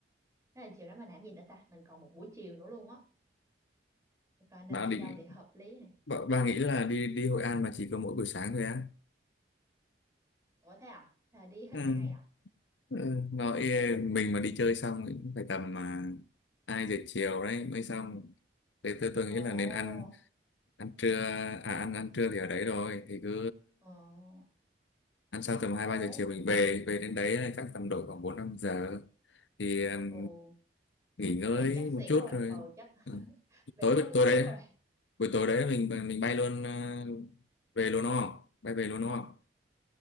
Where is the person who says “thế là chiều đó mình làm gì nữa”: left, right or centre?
Right